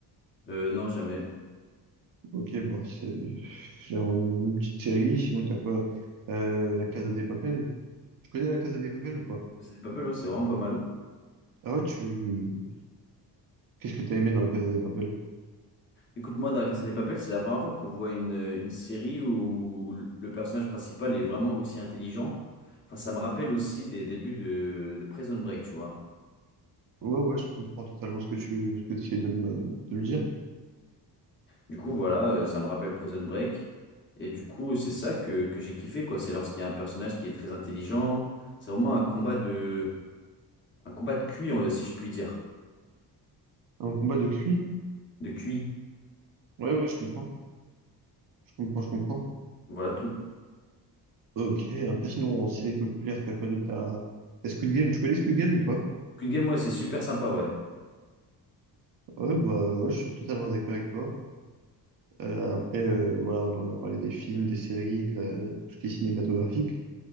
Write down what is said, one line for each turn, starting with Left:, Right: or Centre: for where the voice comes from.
Left: Euh, non, jamais.
Right: Ok, bah, c'est c'est une petite série. Sinon, t'as quoi? Euh, La Casa des Papel. Tu connais La Casa des Papel ou pas?
Left: C'est pas mal, ouais, c'est vraiment pas mal.
Right: Ah ouais, tu. Qu'est-ce que t'as aimé dans La Casa des Papel?
Left: Écoute, moi, dans La Casa des Papel, c'est la première fois qu'on voit une, une série où le personnage principal est vraiment aussi intelligent. Enfin, ça me rappelle aussi des débuts de, de Prison Break, tu vois.
Right: Ouais, ouais, je comprends totalement ce que tu ce que tu essaies de me, de me dire.
Left: Du coup, voilà, euh, ça me rappelle Prison Break. Et du coup, c'est ça que, que j'ai kiffé, quoi. C'est lorsqu'il y a un personnage qui est très intelligent. C'est vraiment un combat de, un combat de cuit, euh, si je puis dire.
Right: Un combat de cuit?
Left: De cuit.
Right: Ouais, ouais, je comprends. Je comprends, je comprends.
Left: Voilà tout.
Right: Ok, après, sinon, en série populaire, t'as quoi d'autre? T'as t'as Squid Game. Tu connais Squid Game ou pas?
Left: Cuit de game, ouais, c'est super sympa, ouais.
Right: Ouais, bah, ouais, je suis totalement d'accord avec toi. Euh, après, euh, voilà, on en a parlé des films, des séries, de la- tout ce qui est cinématographique.